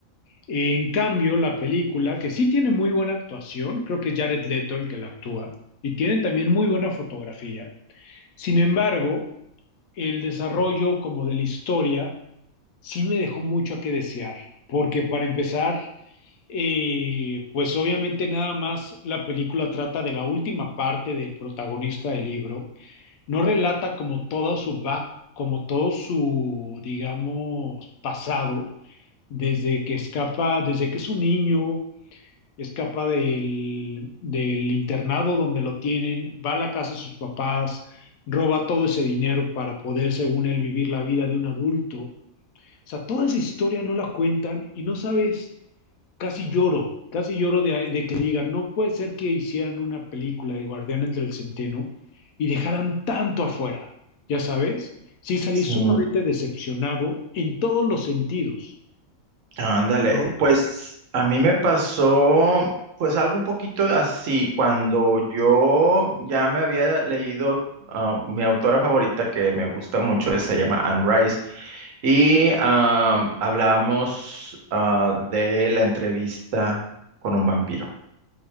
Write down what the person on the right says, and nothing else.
Sí.
Ándale,
pues a mí me pasó pues algo un poquito de así, cuando yo ya me había leído ah, mi autora favorita que me gusta mucho, es- se llama Anne Rice, y am, hablábamos ah, de la entrevista con un vampiro.